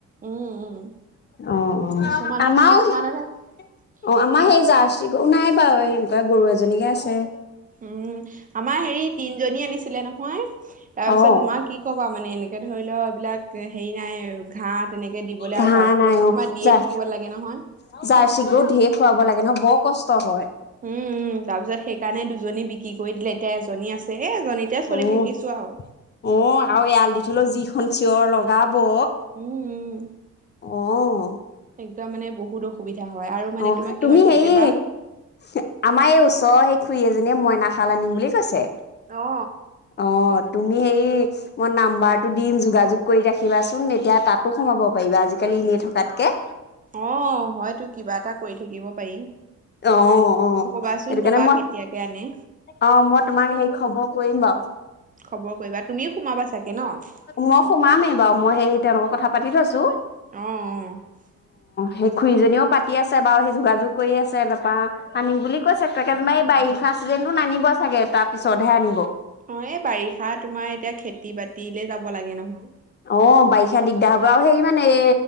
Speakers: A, on the right; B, on the left.
A: উম উম
B: অঁ
A: কিছুমানত
B: আমাৰ
A: কিছুমানতহে
B: অঁ আমাৰ
A: কি
B: সেই জাৰ্চি নাই বাৰু কা গৰু এজনীহে আছে।
A: উম, আমাৰ হেৰি তিনজনী আনিছে। আছিলে নহয়। তাৰ পিছত
B: অ
A: তোমাৰ কি ক'ম খোৱা মানে এনেকে ধৰি লও এইবিলাক হেৰি নাই আৰু ঘাঁহ তেনেকে দিবলৈ আৰু
B: ঘাঁহ
A: জাৰ্চি
B: নাই
A: গৰুকতো তোমাৰ
B: অ'।
A: দিয়ে
B: জাৰ্চি
A: থাকিব লাগে নহয়
B: গৰু ঢেৰ খুৱাব লাগে নহয়, বৰ কষ্ট হয়।
A: উম উম তাৰ পিছত সেইকাৰণে দুজনী বিক্ৰী কৰি দিলে এতিয়া এজনী আছে। এ এজনীতে চলি
B: অ'
A: থাকিছো আৰু
B: অ' আৰু এৰাল দি থলেও যি খন চিঞৰ লগাব ব
A: উম উম
B: অ'
A: একদম মানে বহুত অসুবিধা। হয় আৰু মানে
B: অ'
A: তোমাৰ কি
B: তুমি
A: হয়
B: হেৰি
A: কেতিয়াবা
B: আমাৰ এই ওচৰৰ সেই খুৰি এজনী এজনীয়ে মইনা খাল আনিম বুলি কৈছে।
A: অ
B: অ' তুমি হেৰি মই নাম্বাৰটো দিম যোগাযোগ কৰি ৰাখিবাচোন এতিয়া তাতো সোমাব পাৰিবা আজিকালি এনেই থকাতকে।
A: অ' হয়তো কি কিবা এটা কৰি থাকিব পাৰি।
B: অ' অ'
A: কবাচোন
B: সেইটো
A: কবা
B: কাৰণে মই,
A: কেতিয়াকে আনে
B: অ' মই তোমাক সেই খবৰ কৰিম বাৰু।
A: খবৰ কৰিবা তুমিও সোমাবা চাগে ন
B: মই সোমামেই বাৰু মই সেই তেওঁলোকৰ কথা পাতি থৈছোঁ।
A: অ' অ'।
B: সেই খুৰীজনীও পাতি আছে বাৰু সেই যোগাযোগ কৰি আছে তাৰপৰা আনিম বুলি কৈছে পেকেত মাই বাৰিষা চিজনটো নানিব চাগে, তাৰপিছতহে আনিব।
A: অ' এই বাৰিষা তোমাৰ এতিয়া খেতি বাতিলে যাব লাগে নহয়।
B: অ' বাৰিষা দিগদাৰ হ'ব আৰু সেই মানে এ